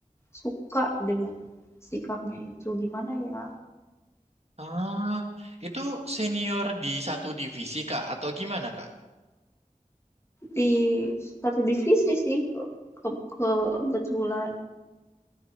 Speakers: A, on the left; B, on the right.
A: suka dengan sikapnya itu gimana ya?
B: Ah, itu senior di satu divisi Kak atau gimana Kak?
A: Di satu divisi sih ke, ke- kebetulan.